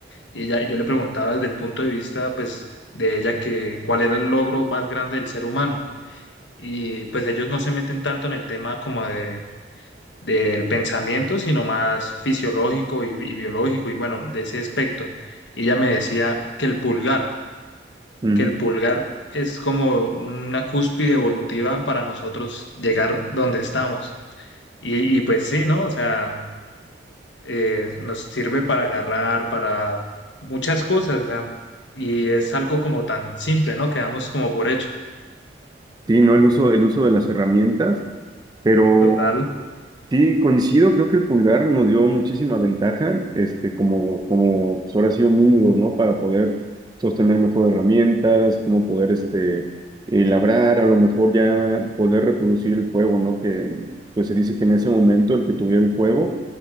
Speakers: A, on the left; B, on the right.
A: y ella, yo le preguntaba desde el punto de vista pues de ella que cuál era el logro más grande del ser humano. Y pues ellos no se meten tanto en el tema como de, del pensamiento, sino más fisiológico y, y biológico y bueno, de ese aspecto. Y ella me decía que el pulgar
B: Ujú.
A: que el pulgar es como una cúspide evolutiva para nosotros llegar donde estamos. Y, y pues sí, ¿no? O sea, eh, nos sirve para agarrar, para muchas cosas, o sea, y es algo como tan simple, ¿no? Quedamos como por hecho.
B: Sí, ¿no? El uso, el uso de las herramientas, pero...
A: Total.
B: Sí, coincido, creo que el pulgar nos dio muchísima ventaja, este, como, como pues, ahora sí homínidos, ¿no? Para poder sostener mejor herramientas, como poder, este, eh, labrar, a lo mejor ya poder reproducir el fuego, ¿no? Que, pues se dice que en ese momento el que tuviera el fuego,